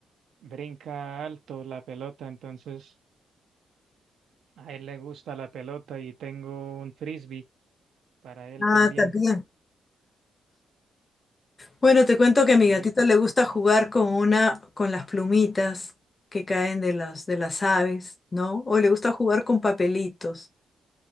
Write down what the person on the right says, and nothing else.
brinca alto la pelota, entonces a él le gusta la pelota y tengo un frisbee para él
también.
Y